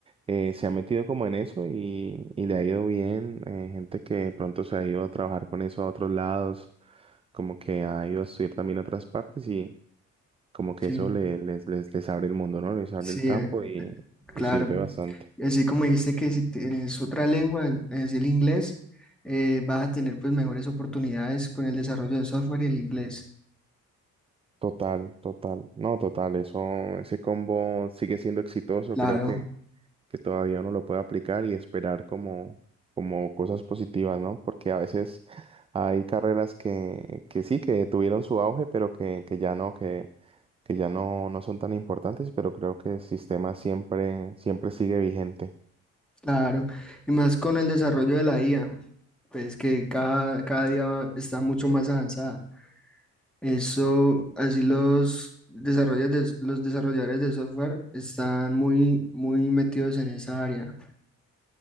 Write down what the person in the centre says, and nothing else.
Sí,
sí,
eh,
claro.
Y así como dijiste que si tienes otra lengua, es el inglés, eh, vas a tener pues mejores oportunidades con el desarrollo de software y el inglés.
Claro,
claro. Y más con el desarrollo de la IA, pues que cada, cada día va- está mucho más avanzada. Eso, así los desarrolladores, los desarrolladores de software están muy, muy metidos en esa área.